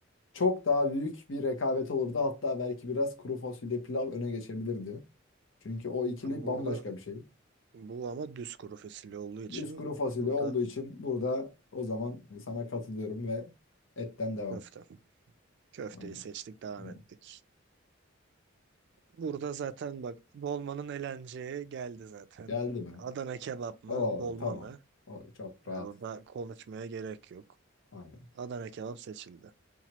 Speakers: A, on the left; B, on the right.
A: çok daha büyük bir rekabet olurdu. Hatta belki biraz kuru fasulye pilav öne geçebilirdi. Çünkü o ikili
B: Ben burada
A: bambaşka bir şey.
B: bu ama düz kuru fasulye olduğu için
A: Düz kuru fasulye
B: burada
A: olduğu için burada o zaman e, sana katılıyorum ve etten devam.
B: köfte. Köfteyi
A: Aynen.
B: seçtik, devam
A: Aynen.
B: ettik. Burada zaten bak dolmanın elenceği geldi zaten.
A: Geldi mi?
B: Adana kebap mı,
A: Oo
B: dolma
A: tamam.
B: mı?
A: O çok
B: Yani
A: rahat.
B: burada konuşmaya gerek yok.
A: Aynen.
B: Adana kebap seçildi.